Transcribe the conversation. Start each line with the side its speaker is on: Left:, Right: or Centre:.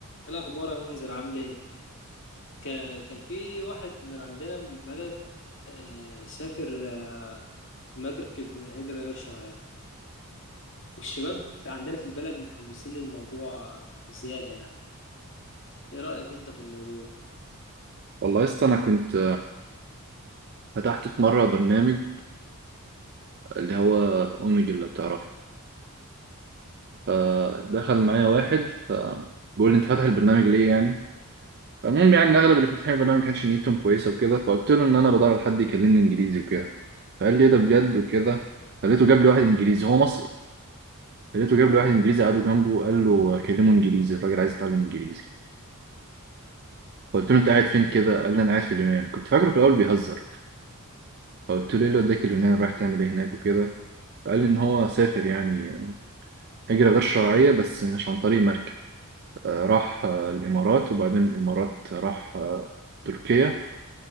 Left: إيه الأخبار يا منذر عامل إيه؟ ك- كان في واحد من عندنا من البلد آه، سافر آه، في مركب هجرة غير شرعية والشباب في عندنا في البلد متحمسين للموضوع آه، بزيادة يعني إيه رأيك أنت في الموضوع؟
Right: والله يا اسطى انا كنت فتحت في مره برنامج اللي هو اوميجل لو تعرفه فدخل معايا واحد فبيقول لي انت فاتح البرنامج ليه يعني فالمهم يعني إن اغلب اللي فاتحين البرنامج ما كانش نيتهم كويسه وكده فقلت له ان انا بدور على حد يكلمني انجليزي وكده فقال لي ايه ده بجد وكده فلقيته جاب لي واحد انجليزي هو مصري فلقيته جاب لي واحد انجليزي قعدوا جنبه وقال له كلمه انجليزي الراجل عايز يتعلم انجليزي فقلت له انت قاعد فين كده قال لي انا قاعد في اليونان كنت فاكره في الاول بيهزر فقلت له ايه اللي وداك اليونان رايح تعمل ايه هناك وكده فقال لي ان هو سافر يعني هجرة غير شرعية بس مش عن طريق مركب آه، راح آه، الإمارات وبعدين الإمارات راح آه، تركيا